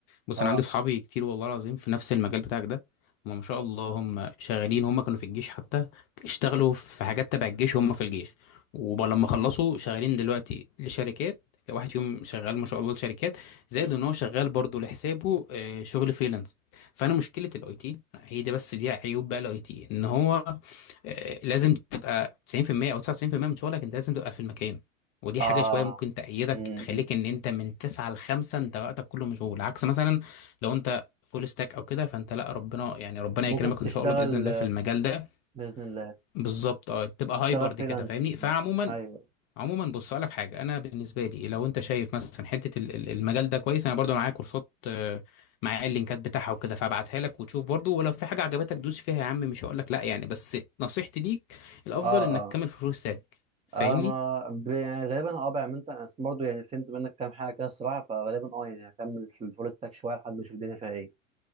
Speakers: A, on the left; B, on the right.
A: بص
B: اه
A: انا عندي صحابي كتير والله العظيم في نفس المجال بتاعك ده هم ما شاء الله هم شغالين هم كانوا في الجيش حتى اشتغلوا في حاجات تبع الجيش هم في الجيش ولما خلصوا شغالين دلوقتي لشركات واحد فيهم شغال ما شاء الله لشركات زائد ان هو شغال برضه لحسابه آه، شغل فريلانس فانا مشكله الاي تي هي دي بس دي عيوب بقى الاي تي ان هو آه، لازم تبقى 90% او 99% من شغلك انت لازم تبقى في المكان ودي حاجة
B: اه
A: شوية ممكن تأيدك
B: مم.
A: تخليك
B: مم.
A: إن أنت من تسعة لخمسة أنت وقتك كله مشغول عكس مثلا لو أنت فول ستاك أو كده فأنت لأ ربنا يعني ربنا
B: ممكن
A: يكرمك
B: تشتغل
A: إن شاء الله بإذن الله في المجال ده
B: باذن الله
A: بالظبط أه تبقى هايبرد
B: تشتغل فريلانسنج
A: كده فاهمني فعموما
B: ايوه
A: عموما بص أقول لك حاجة أنا بالنسبة لي لو أنت شايف مثلا حتة ال- ال- المجال ده كويس أنا برضو معايا كورسات آه، معايا اللينكات بتاعها وكده فابعتها لك وتشوف برضو ولو في حاجة عجبتك دوس فيها يا عم مش هقول لك لأ يعني بس نصيحتي ليك الأفضل
B: اه
A: إنك
B: اه
A: تكمل في فول ستاك فاهمني
B: اه ما ب- يعني غالبا اه بعمل انت أنا برضه يعني فهمت منك كام حاجه كده الصراحه فغالبا اه يعني هكمل في الفول ستاك شويه لحد ما اشوف الدنيا فيها ايه